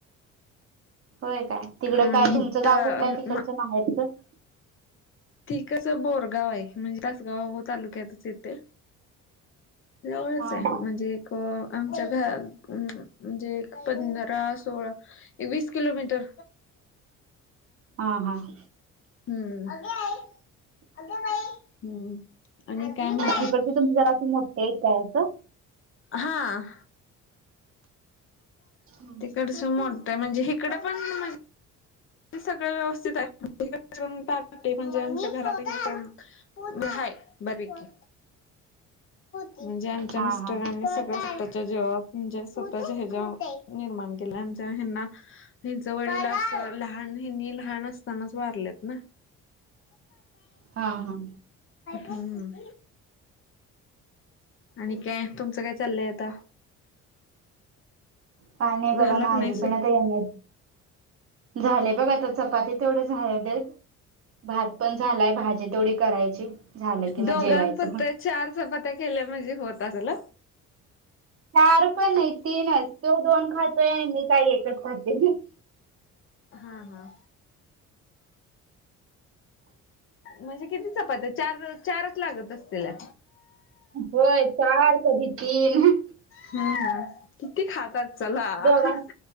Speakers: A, on the right (about 45°); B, on the left (about 45°).
A: होय काय,
B: हाय.
A: तिकड
B: आणि
A: काय
B: हित
A: तुमचं गाव कुठलं आहे तिकडचं.
B: म
A: माहेरचं.
B: तिकडचं बोरगाव आहे, म्हणजे तासगाव तालुक्यातच येतंय. जवळच
A: हा
B: आहे,
A: हा.
B: म्हणजे एक. हो, आमच्या घर म्ह-म्हणजे पंधरा सोळा. वीस किलोमीटर.
A: आ हां.
B: हम अंग आई, अंग बाई हम. आणि काय मग.
A: तिकडचं तुमची जरा असं, मोठी हायत काय असं.
B: हां.
A: हम्म.
B: तिकडचं मोठं आहे, म्हणजे हिकडं पण म्हण ते सगळ व्यवस्थित आहे, पार म्हणजे आमच्या घरात <unintelligible> ब हाय बरं कि. म्हणजे, आमच्या
A: हा
B: मिस्टरांनी
A: हा
B: सगळच स्वतःच्या जिवावर. म्हणजे स्वतःचे हेजावर, निर्माण केलंय आमच्या हेंना. त्यावेळेला अस, लहान हेंनी लहान असतानाच वारलेत ना.
A: हा हा.
B: हम्. आणि काय, तुमचं काय चाललंय आता.
A: पाहुणे
B: झाला
A: बगा माझी
B: का नाही स
A: पण आता येणार. झाले बघ आता, चपाती तेवढं झालेत. भात पण झालाय, भाजी तेवढी करायची. झालं कि
B: दोघांपुरतं
A: मग जेवायचं हं.
B: चार चपात्या केल्या म्हणजे होतं असलं.
A: चार पण नाही तीनच, तो दोन खातोय आणि मी काय एकच खातोय, अं हं.
B: हा, हां म्हणजे किती चपात्या आहे चार चारच लागत असतेल्या
A: होय, चार कधी तीन हं.
B: हम्म किती खातात चला,
A: दोघां
B: हं